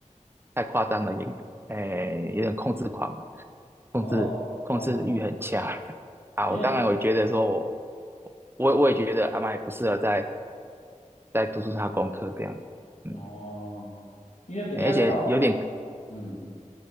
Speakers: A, on the right; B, on the left.
A: 太夸张了，严，诶，有点控制狂，控制控制欲很强
B: 哦哦，哦
A: <laughs> 啊。
B: 因为
A: 我当然，我觉得说我，我我也觉得阿麦不适合再再督促他功课这样，嗯，
B: 哦，因为比较少，
A: 而且有点
B: 嗯，